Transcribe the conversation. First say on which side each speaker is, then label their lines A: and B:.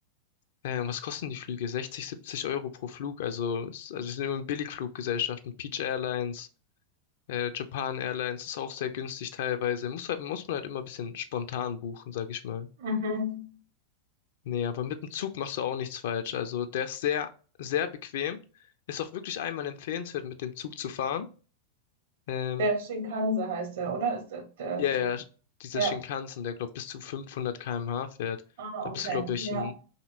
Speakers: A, on the left; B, on the right.
A: Äh, was kosten die Flüge? 60, 70 Euro pro Flug. Also, es- also wir sind immer in Billigfluggesellschaften. Peach Airlines, äh, Japan Airlines ist auch sehr günstig teilweise. Muss halt, muss man halt immer ein bisschen spontan buchen, sag ich mal.
B: Mhm.
A: Nee, aber mit dem Zug machst du auch nichts falsch. Also der ist sehr, sehr bequem. Ist auch wirklich einmal empfehlenswert, mit dem Zug zu fahren. Ähm,
B: Der Shinkansen heißt der, oder? Ist der, der
A: Ja,
B: Zug?
A: ja, dieser
B: Ja.
A: Shinkansen, der, glaube bis zu 500 km/h fährt.
B: Ah,
A: Da bist
B: okay.
A: du, glaube ich,
B: Ja,
A: in